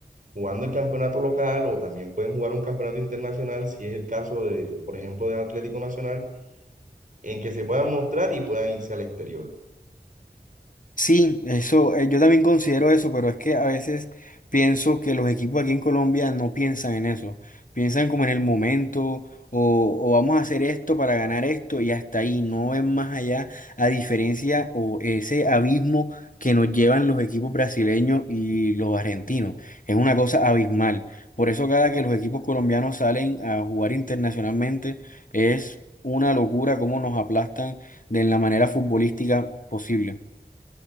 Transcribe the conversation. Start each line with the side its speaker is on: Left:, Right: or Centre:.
Right: jugando el campeonato local o también pueden jugar un campeonato internacional si es el caso de, por ejemplo, de Atlético Nacional en que se puedan mostrar y puedan irse al exterior.
Left: Sí, eso, eh, yo también considero eso, pero es que a veces pienso que los equipos aquí en Colombia no piensan en eso. Piensan como en el momento, o, o vamos a hacer esto para ganar esto, y hasta ahí, no ven más allá, a diferencia o ese abismo que nos llevan los equipos brasileños y los argentinos. Es una cosa abismal. Por eso cada que los equipos colombianos salen a jugar internacionalmente, es una locura cómo nos aplastan de la manera futbolística posible.